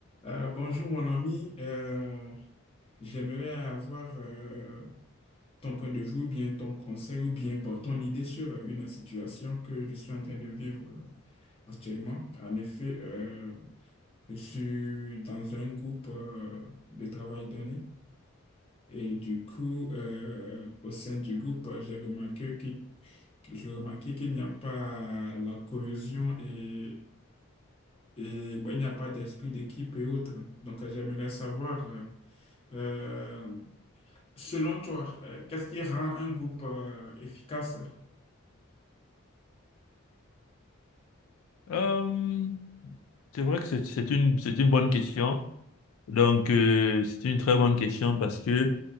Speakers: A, on the left; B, on the left.
A: Euh, bonjour mon ami, Euh, j'aimerais avoir euh, ton point de vue ou bien ton conseil ou bien bon, ton idée sur une situation que je suis en train de vivre euh, actuellement. En effet, euh, je suis dans un groupe euh, de travail donné et du coup, euh, au sein du groupe, j'ai remarqué qu'il j'ai remarqué qu'il n'y a pas la cohésion et, et bon, il n'y a pas d'esprit d'équipe et autres. Donc, j'aimerais savoir euh, Euh, selon toi, euh, qu'est-ce qui rend un groupe euh, efficace?
B: Euh, c'est vrai que c'est c'est une, c'est une bonne question. Donc, euh, c'est une très bonne question parce que